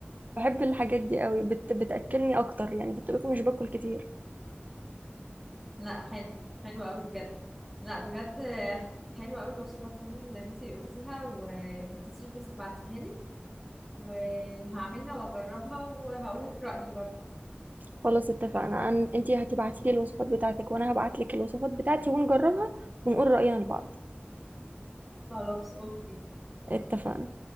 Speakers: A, on the right (about 45°); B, in the centre.
A: بحب الحاجات دي قوي بت... بتاكلني اكتر يعني في الطبيخ مش باكل كتير
B: لا حلو حلو قوي بجد لا بجد حلو قوي الوصفات دي اللي انت قلتيها وما تنسيش بس تبعتيها لي وهعملها واجربها وهقولك رأيي برضو
A: خلاص اتفقنا أن... انتي هتبعتي لي الوصفات بتاعتك وانا هبعت لك الوصفات بتاعتي ونجربها ونقول راينا لبعض
B: خلاص اوكي
A: اتفقنا